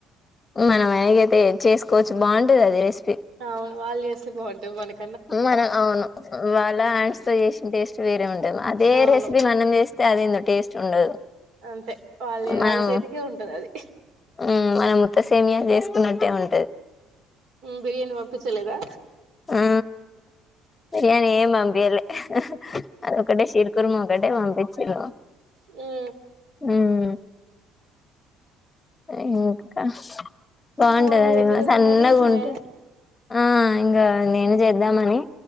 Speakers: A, on the left; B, on the right.
A: మనం వెనగైతే చేస్కోవచ్చు బాగుంటదది రెస్
B: అవున్ వాల్ చేస్తే బాగుంటది మనక్
A: మన అవును వాళ్ళ హ్యాండ్స్తో చేసిన టేస్ట్ వేరే ఉంటది. అదే
B: అవును
A: రెస్పీ మనం చేస్ స్తే అదేందో టేస్ట్ ఉండదు.
B: అంతే వాళ్ళ
A: మనం
B: వాళ్ళ చేతికే ఉంటది అది
A: మ్ మనం త్త సేమియా చేస్కున్నట్టే ఉం
B: బిర్యానీ పంపిచలేదా
A: ఆ బిర్యానీ ఏం పంపియ్యలే అదొకటే షిర్ కుర్మ ఒకటే పంపిచ్చింరు.
B: మ్
A: మ్ ఇంకా బాగుంటదది
B: ఫోన్ మీ దగ్గర
A: మా
B: ఉంది
A: సన్నగుంట
B: మరి మే
A: ఆ ఇంగ నేను చేద్దామని